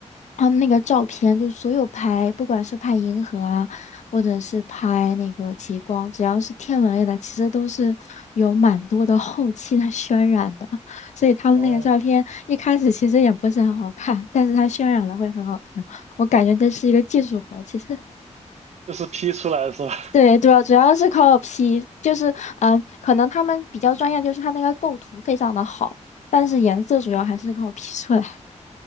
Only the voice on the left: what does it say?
他们那个照片，就是所有拍，不管是拍银河啊，或者是拍那个极光，只要是天文类的，其实都是有蛮多的 <laughs> 后期的渲染的。所以他们那个照片一开始其实也不是很好看，
但是它渲染的会很好看。我感觉这是一个技术活，其实。<laughs>
对，主要主要是靠 P，就是嗯、呃可能他们比较专业，就是他那个构图非常的好，但是颜色主要还是靠 P 出来。